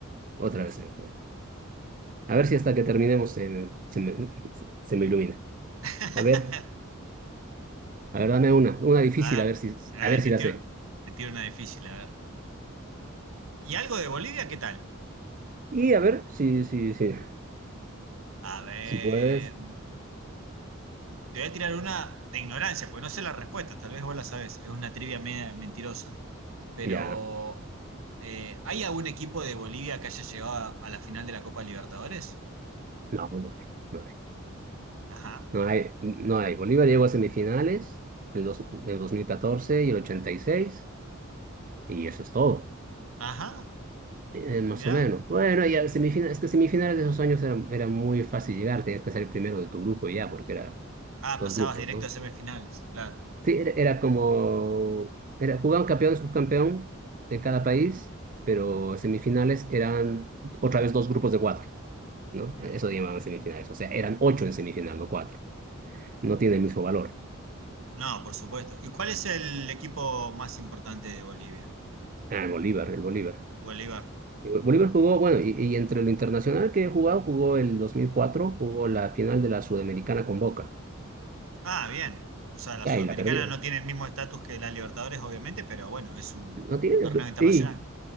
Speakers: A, on the right; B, on the right.
A: otra vez se me fue. A ver si hasta que terminemos se, me- se me, se me ilumina.
B: <laughs>
A: A ver, a ver, dame una, una difícil,
B: A
A: a
B: ver,
A: ver si,
B: a ver,
A: a ver
B: te
A: si la
B: tiro,
A: sé.
B: te tiro una difícil, a ver. ¿Y algo de Bolivia? ¿Qué tal?
A: Y a ver, si, si, si,
B: A ver.
A: si puedes,
B: Te voy a tirar una de ignorancia, porque no sé la respuesta, tal vez vos la sabés, es una trivia media mentirosa. Pero,
A: ya.
B: eh, ¿hay algún equipo de Bolivia que haya llegado a, a la final de la Copa Libertadores?
A: No, no hay, no hay.
B: Ajá,
A: No hay, no hay. Bolívar llegó a semifinales en el, dos- en el 2014 y el 86 y eso es todo.
B: ajá,
A: Eh, eh, más
B: mirá.
A: o menos. Bueno, ya semifinales, es que semifinales de esos años era, era muy fácil llegar, tenías que ser el primero de tu grupo y ya, porque era
B: Ah,
A: dos
B: pasabas
A: grupos,
B: directo
A: ¿no?
B: a semifinales, claro.
A: Sí, era, era como, era, jugaban campeón, y subcampeón de cada país, pero semifinales eran otra vez dos grupos de cuatro, ¿no?
B: Mm.
A: Eso llamaban semifinales, o sea, eran ocho en semifinal, no cuatro. No tiene el mismo valor.
B: No, por supuesto. ¿Y cuál es el equipo más importante de Bolivia?
A: Ah, el Bolívar, el Bolívar.
B: Bolívar.
A: Y Bo- Bolívar jugó, bueno, y, y entre lo internacional que he jugado, jugó el dos mil cuatro jugó la final de la Sudamericana con Boca.
B: Ah, bien. O sea, la
A: Ah,
B: Sudamericana
A: Y ahí la perdió.
B: no tiene el mismo estatus que la Libertadores, obviamente, pero bueno, es un
A: No tiene.
B: torneo internacional.
A: Y